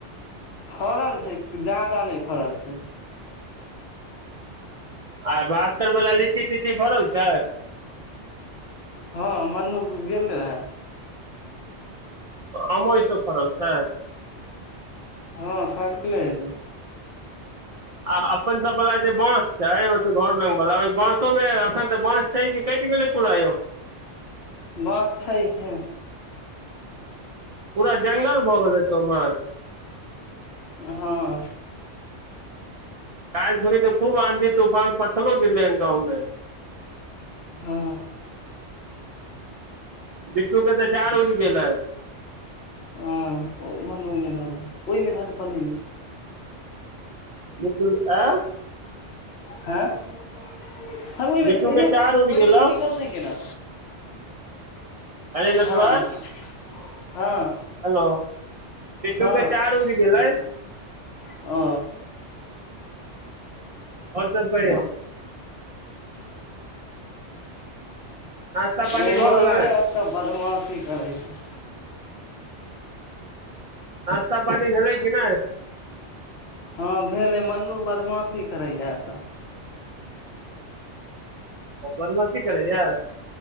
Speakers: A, on the left; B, on the right.
A: फड़ल छै जादा नहि फड़ल छै
B: आइ बात उत्तर वाला लीची तीची फड़ल छै
A: हँ मनु गेल रेहै
B: आमो ईसभ फड़ल छै
A: हँ फरले हेतइ
B: आ अपन सभ वला जे बाँस छै ओ घर लग वला ओहि बाँसोमे एखन तऽ बाँस छै कि कटि गेलै पूरा यौ
A: बाँस छै इ
B: पूरा जंगल भऽ गेल ह त उमहर
A: हँ
B: काईल खूनी तऽ खूब आँधी तूफान पथलो गिरलई या गाँव मे
A: हुँ
B: बिट्टू के तऽ चार ऊरी गेलई
A: हँ ओ मन्नू ओय में धऽइ ओहिमे ध दहि पल्नीमे
B: बिट्टू आंय
A: हँ हँ ओहिमेे
B: बिट्टू के चार उड़ि
A: ओहिमेसँ
B: गेलौ
A: निकलतै केना
B: अरे नटवर
A: हँ हँ
B: हेलो किट्टू
A: हँ
B: के चार उड़ि गेलै
A: ओ
B: और सब कहियो नास्ता पानी
A: ओ
B: भऽ
A: मनबे
B: गेलै
A: आ तऽ बदमाशी करै छै
B: नश्ता पानी भेलै कि नाई
A: हँ भेल अई मनू बदमाशी करैया एत
B: ओ बदमाशी करैया